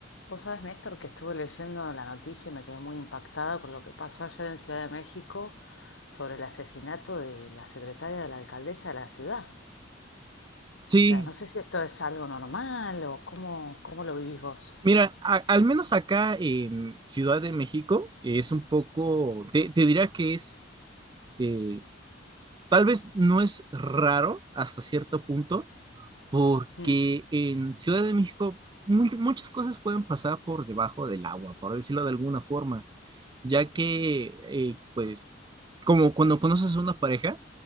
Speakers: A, on the left (about 80°); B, on the right (about 25°).
A: Vos sabés, Néstor, que estuve leyendo la noticia y me quedé muy impactada con lo que pasó ayer en Ciudad de México sobre el asesinato de la secretaria de la alcaldesa de la ciudad.
B: Sí,
A: O sea, no sé si esto es algo normal o cómo, cómo lo vivís vos.
B: mira, a- al menos acá en Ciudad de México eh, es un poco, te, te diría que es, eh, tal vez no es raro hasta cierto punto, porque
A: Mm,
B: en Ciudad de México mu- muchas cosas pueden pasar por debajo del agua, por decirlo de alguna forma. ya que, eh, pues, como cuando conoces a una pareja,